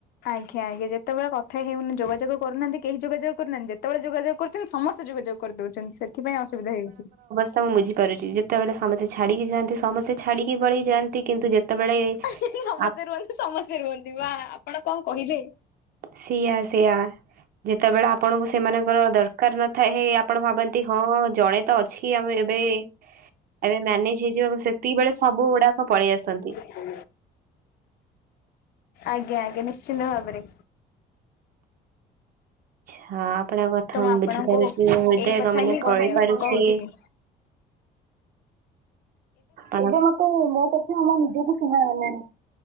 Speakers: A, on the left; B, on the right.
A: ଆଜ୍ଞା ଆଜ୍ଞା ଯେତେବେଳେଥା ହେଉନି ଯୋଗାଯୋଗ କରୁନାହାନ୍ତି କେହି ଯୋଗାଯୋଗ କରୁନାହାନ୍ତି ଯେତବେଳେ ଯୋଗାଯୋଗ କରୁଛନ୍ତି ସମସ୍ତେ। ଯୋଗାଯୋଗ କରିଦଉଛନ୍ତି ସେଥିପାଇଁ ଅସୁବିଧା ହେଉଛି।
B: ସମଁ ବୁଝିପାରୁଛି ଯେତେବେଳେ ସମସ୍ତେ ଛାଡିକି ଯାନ୍ତି ସମେଛାିକି ପଳେଇ ଯାଆନ୍ତି କିନ୍ତୁ ଯେତେବେଳେ
A: ସମସ୍ତେ
B: ଆପ
A: ରୁହନ୍ତି ସମସ୍ତେ ରୁହନ୍ତି ବା ଆପଣ କଣ କହିଲେ
B: ସେଆ ସେଆ। ଯେତେବେଳେ ଆପଣଙ୍କୁ ସେମାନଙ୍କର ଦରକାର ନଥାଏ ଆପଣ ଭାବନ୍ତି ହଁ ହଁ ଜଣେ ତ ଅଛି କି ଆମ ଏବେ ଏବେ ମ୍ୟାନେଜ ହେଇଯିବ ଏବଂ ସେତିକି ବେଳେ ସବୁ ଗୁଡାକ ପଳେଇ ଆସନ୍ତି।
A: ହୁଁ। ଆଜ୍ଞା ଆଜ୍ଞା ନିଶ୍ଚିନ୍ତ ଭାବରେ।
B: ହଁ ଆ‌ପଣ କଥା
A: ତ
B: ମୁଁ
A: ଆପଣଙ୍କୁ
B: ବୁଝିପାରୁଛି
A: ଏଇ କଥା
B: ମାନ
A: ହିଁ କହେ
B: କହିପାରୁଛି।
A: କହୁଥିଲି।
B: ଏବେ ମତୁ ମୋ କଥା ଆମ ନିଜକୁ ଶୁଣାଗଲାଣି।